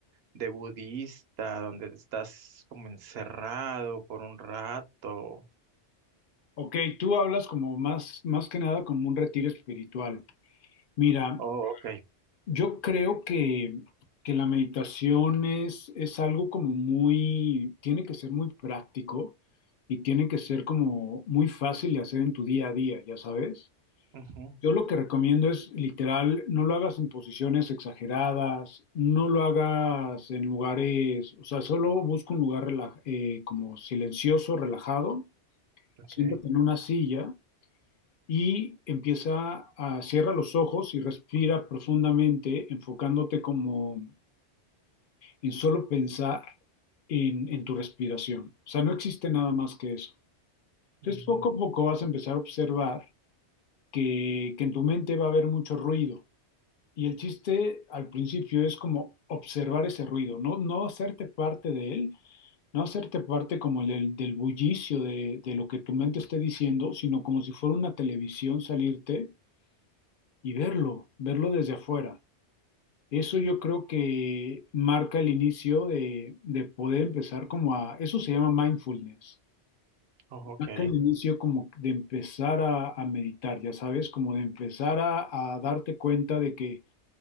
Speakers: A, on the right (about 65°); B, on the left (about 60°).
A: de budista, donde estás como encerrado por un rato?
B: Ok, tú hablas como más, más que nada como un retiro espiritual. Mira,
A: Oh, ok.
B: yo creo que, que la meditación es, es algo como muy, tiene que ser muy práctico y tiene que ser como muy fácil de hacer en tu día a día, ya sabes.
A: Ujú,
B: Yo lo que recomiendo es literal, no lo hagas en posiciones exageradas, no lo hagas en lugares, o sea, solo busca un lugar rela- eh, como silencioso, relajado,
A: ok.
B: siéntate en una silla y empieza a cierra los ojos y respira profundamente, enfocándote como en solo pensar en, en tu respiración. O sea, no existe nada más que eso. Entonces,
A: Mm,
B: poco a poco vas a empezar a observar que, que en tu mente va a haber mucho ruido Y el chiste al principio es como observar ese ruido, no, no hacerte parte de él, no hacerte parte como del, del bullicio de, de lo que tu mente esté diciendo, sino como si fuera una televisión salirte y verlo, verlo desde afuera. Eso yo creo que marca el inicio de, de poder empezar como a, eso se llama mindfulness,
A: oh, ok.
B: marca el inicio como de empezar a, a meditar, ya sabes, como de empezar a, a darte cuenta de que